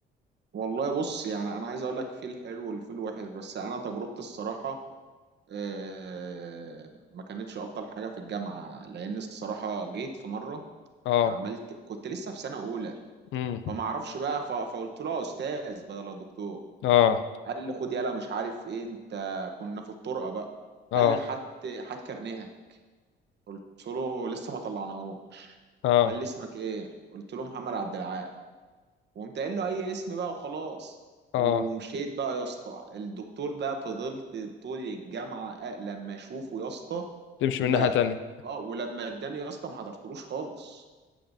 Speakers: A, on the right; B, on the left.
A: والله بص يعني انا عايز اقول لك في الحلو والفي الوحش بس انا تجربتي الصراحه آه، ما كانتش افضل حاجه في الجامعه لان الصراحه جيت في مره
B: اه
A: عملت كنت لسه في سنه اولى
B: امم
A: فما اعرفش بقى ف- فقلت له يا استاذ بدل الدكتور
B: اه
A: قال لي خد يلا مش عارف ايه انت كنا في الطرقه بقى
B: اه
A: قال لي هات هات كارنيهك قلت له لسه ما طلعناهوش
B: اه
A: قال لي اسمك ايه قلت له محمد عبد العال وقمت قايل له اي اسم بقى وخلاص
B: اه
A: ومشيت بقى يا اسطى الدكتور ده فضلت طول الجامعه أ- لما اشوفه يا اسطى
B: تمشي
A: لا
B: من ناحية تانية
A: اه ولما اداني يا اسطى ما حضرتلوش خالص